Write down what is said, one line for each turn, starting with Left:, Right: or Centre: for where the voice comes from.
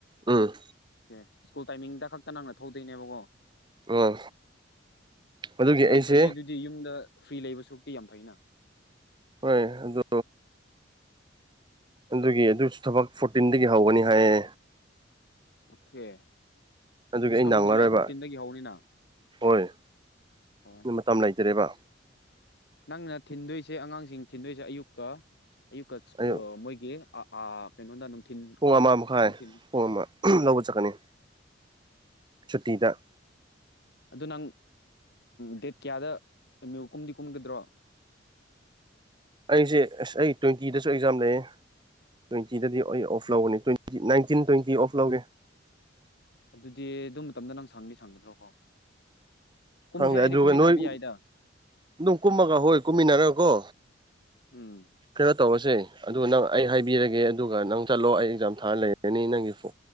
Right: ꯎꯝ
Left: ꯑꯣꯀꯦ ꯁ꯭ꯀꯨꯜ ꯇꯥꯏꯃꯤꯡꯗ ꯈꯛꯇ ꯅꯪꯅ ꯊꯧꯗꯣꯏꯅꯦꯕꯀꯣ
Right: ꯑꯣ ꯑꯗꯨꯒꯤ
Left: ꯌꯥꯝ
Right: ꯑꯩꯁꯦ
Left: ꯐꯩꯅꯦ ꯑꯗꯨꯗꯤ ꯌꯨꯝꯗ ꯐ꯭ꯔꯤ ꯂꯩꯕ ꯁꯨꯔꯨꯛꯇꯤ ꯌꯥꯝ ꯐꯩꯅ
Right: ꯍꯣꯏ ꯑꯗꯨ ꯑꯗꯨꯒꯤ ꯑꯗꯨꯁꯨ ꯊꯕꯛ ꯐꯣꯔꯇꯤꯟꯗꯒꯤ ꯍꯧꯒꯅꯤ ꯍꯥꯏꯌꯦ
Left: ꯑꯣꯀꯦ
Right: ꯑꯗꯨꯒꯤ
Left: ꯗꯤꯁ
Right: ꯑꯩ
Left: ꯀꯃꯤꯡ
Right: ꯅꯪꯉꯔꯣꯏꯕ
Left: ꯖꯨꯂꯥꯏ ꯐꯣꯔꯇꯤꯟꯗꯒꯤ ꯍꯧꯅꯤꯅ
Right: ꯍꯣꯏ
Left: ꯍ
Right: ꯃꯇꯝ ꯂꯩꯇꯔꯦꯕ
Left: ꯅꯪꯅ ꯊꯤꯟꯗꯣꯏꯁꯦ ꯑꯉꯥꯡꯁꯤꯡ ꯊꯤꯟꯗꯣꯏꯁꯦ ꯑꯌꯨꯛꯀ ꯑꯌꯨꯛꯀ
Right: ꯑꯌꯨꯛ
Left: ꯃꯣꯏꯒꯤ ꯀꯩꯅꯣꯗ ꯅꯨꯡꯊꯤꯟ
Right: ꯄꯨꯡ ꯑꯃ ꯃꯈꯥꯏ
Left: ꯅꯨꯡꯊꯤꯟ
Right: ꯄꯨꯡ ꯑꯃ ꯂꯧꯕ ꯆꯠꯀꯅꯤ ꯁꯨꯇꯤꯗ
Left: ꯑꯗꯨ ꯅꯪ ꯗꯦꯠ ꯀꯌꯥꯗ ꯑꯦꯝ ꯌꯨ ꯀꯨꯝꯗꯤ ꯀꯨꯝꯒꯗ꯭ꯔꯣ
Right: ꯑꯩꯁꯦ ꯑꯁ ꯑꯩ ꯇ꯭ꯋꯦꯟꯇꯤꯗꯁꯨ ꯑꯦꯛꯖꯥꯝ ꯂꯩꯌꯦ ꯇ꯭ꯋꯦꯟꯇꯤꯗꯗꯤ ꯑꯩ ꯑꯣꯐ ꯂꯧꯒꯅꯤ ꯇ꯭ꯋꯦꯟꯇꯤ ꯅꯥꯏꯟꯇꯤꯟ ꯇ꯭ꯋꯦꯟꯇꯤ ꯑꯣꯐ ꯂꯧꯒꯦ
Left: ꯑꯗꯨꯗꯤ ꯑꯗꯨ ꯃꯇꯝꯗ ꯅꯪ ꯁꯥꯟꯕꯤ ꯁꯟꯒꯗ꯭ꯔꯣ ꯀꯣ ꯀꯨꯝꯁꯦ
Right: ꯈꯪꯗꯦ
Left: ꯍꯥꯏꯏꯗꯤ
Right: ꯑꯗꯨꯒ
Left: ꯀꯨꯝꯃꯤꯟꯅꯕ
Right: ꯅꯣꯏ
Left: ꯌꯥꯏꯗ
Right: ꯑꯗꯨꯝ ꯀꯨꯝꯃꯒ ꯍꯣꯏ ꯀꯨꯝꯃꯤꯟꯅꯔ ꯀꯣ
Left: ꯎꯝ
Right: ꯀꯩꯅꯣ ꯇꯧꯔꯁꯦ ꯑꯗꯨ ꯅꯪ ꯑꯩ ꯍꯥꯏꯕꯤꯔꯒꯦ ꯑꯗꯨꯒ ꯅꯪ ꯆꯠꯂꯣ ꯑꯩ ꯑꯦꯛꯖꯥꯝ ꯊꯥꯔ ꯂꯩꯔꯅꯤ ꯅꯪꯒꯤ ꯐ